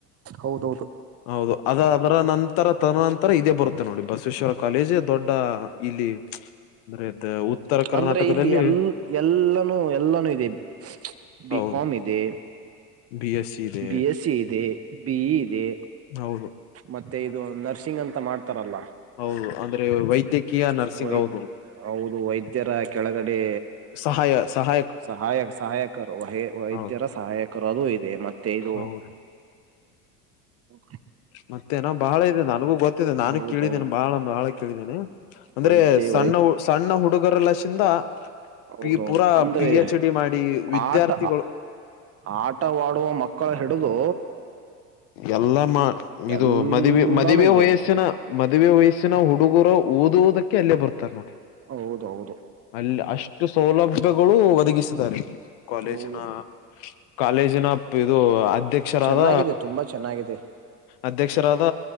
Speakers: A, on the right; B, on the left.
A: ಹೌದೌದು
B: ಹೌದು ಅದ ಅದರ ನಂತರ ತದನಂತರ ಇದೇ ಬರುತ್ತೆ ನೋಡಿ ಬಸವೇಶ್ವರ ಕಾಲೇಜ್ ದೊಡ್ಡ ಇಲ್ಲಿ ಅಂದ್ರೆ ಉತ್ತರ ಕರ್ನಾಟಕದಲ್ಲಿ
A: ಅಂದ್ರೆ ಇಲ್ಲಿ ಎಲ್ ಎಲ್ಲಾನೂ ಎಲ್ಲಾನೂ ಇದೆ ಬಿಿಕಾಮ್
B: ಹೌದು
A: ಇದೆ.
B: ಬಿ ಎಸ್ ಸಿ ಇದೆ
A: ಬಿ ಎಸ್ ಸಿ ಇದೆ. ಬಿ ಇದೆ
B: ಹೌದು
A: ಮತ್ತೆ ಇದು ನರ್ಸಿಂಗ್ ಅಂತ ಮಾಡ್ತಾರಲ್ಲ.
B: ಹೌದು ಅಂದ್ರೆ ವೈದ್ಯಕೀಯ ನರ್ಸಿಂಗ್
A: ವೈದ್
B: ಹೌದು.
A: ಹೌದು ವೈದ್ಯರ ಕೆಳಗಡೆ
B: ಸಹಾಯ ಸಹಾಯ
A: ಸಹಾಯ ಸಹಾಯಕರು ವಹ ವೈದ್ಯರ
B: ಹೌ
A: ಸಹಾಯಕರು ಅದು ಇದೆ ಮತ್ತೆ ಇದು
B: ಹೌದು
A: ಹಾ
B: ಮತ್ತೇನ ಬಾಳ ಇ ನನಗೂ ಗೊತ್ತಿದೆ ನಾನು
A: ಹೌದೌದು
B: ಕೇಳಿದೇನೆ ಬಾಳ ಬಹಳ ಕೇಳಿದ್ದೇನೆ. ಅಂದ್ರೆ
A: ವೈದ್ಯ
B: ಸಣ್ಣ
A: ವೈ
B: ಸಣ್ಣ ಹುಡುಗರ ಲಶಿಂದ
A: ಹೌದೌದು
B: ಪಿ ಪೂರಾ
A: ಅಂದ್ರೆ
B: ಪಿ ಹೆಚ್ ಡಿ ಮಾಡಿ ವಿದ್ಯಾರ್ಥಿಗಳು
A: ಆಟ ಆಟವಾಡುವ ಮಕ್ಕಳ ಹಿಡಿದು
B: ಎಲ್ಲ ಮಾ ಇದು
A: ಎಲ್ಲಾನು
B: ಮದುವೆ ಮದುವೆ
A: ಇದೆ
B: ವಯಸ್ಸ್ಯನ
A: ಅಲ್ಲಿ
B: ಮದುವೆ ವಯಸ್ಸಿನ ಹುಡುಗರ ಓದುವದಕ್ಕೆ ಅಲ್ಲೇ ಬರ್ತಾರ್ ನೋಡಿ.
A: ಹೌದೌದು
B: ಅಲ್ಲಿ ಅಷ್ಟು ಸೌಲಭ್ಯಗಳು ಒದಗಿಸಿದ್ದಾರೆ ಕಾಲೇಜಿನ
A: ಹೌದು
B: ಕಾಲೇಜಿನ ಇದು ಅಧ್ಯಕ್ಷರಾದ
A: ಚೆನ್ನಾಗಿದೆ ತುಂಬಾ ಚೆನ್ನಾಗಿದೆ.
B: ಅಧ್ಯಕ್ಷರಾದ